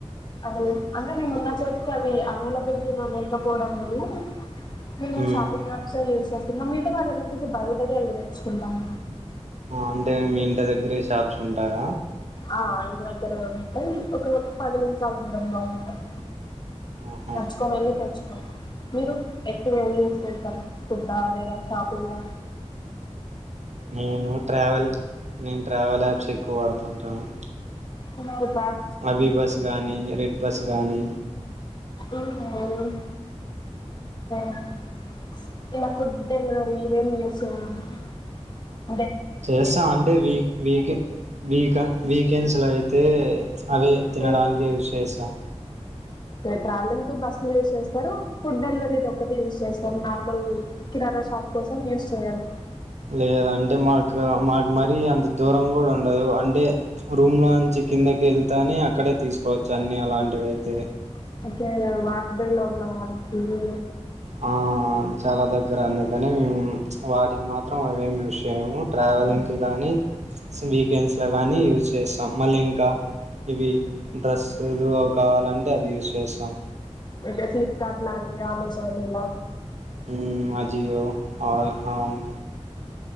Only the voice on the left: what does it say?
అది అంటే నేను ఉన్న చోటుకి అవి అవైలబిలిటీ లో లేకపోవడం వలను. నేను
షాపింగ్ అట్ సైడ్ చేసేస్తా. ఇంకా మిగతా వాటికి అన్నిటికీ భయపడి వెళ్లి తెచ్చుకుంటాం.
ఆహ్ ఇంటి దగ్గరే ఉంటాయి. ఒకవేళ పది నిమ్ చాలా దూరంలో ఉంటాయి.
నచ్చుకొని వెళ్లి తెచ్చు. మీరు ఎక్కవ యూస్ కి వెళ్తారు. ఫుడ్డా లేదా షాపింగా.
ఉనోత్.
ఆహ్ <unintelligible> ఇలా ఫుడ్ డెలివరి <unintelligible>
ఓకే
ట్రావెలింగ్ కి బస్సులు యూజ్ చేస్తార. ఫుడ్ డెలివరీది ఒక్కటే యూజ్ చేస్తార. నార్మల్ కిరాణా షాప్ కోసం యూజ్ చేయరు.
<unintelligible> వాగ్దేలున్నాం కిది.
ఓకే ఫ్లిప్కార్ట్ లాంటి అమెజాన్ లా.